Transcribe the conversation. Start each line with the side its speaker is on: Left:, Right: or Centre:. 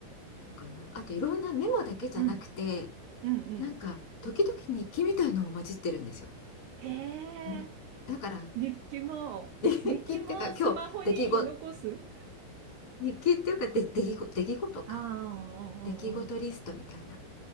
Left: のかな。あといろんなメモだけじゃなくて、
Right: うん、うん、うん。
Left: なんか時々日記みたいのを混じってるんですよ。
Right: へえ、
Left: にだから
Right: 日記も、
Left: 日記っていうか今日出来事、
Right: 日記もスマホに残す
Left: 日記っていうかで出来事、出来事か。
Right: ああうん、
Left: 出来事リストみたいな。
Right: うん、うん。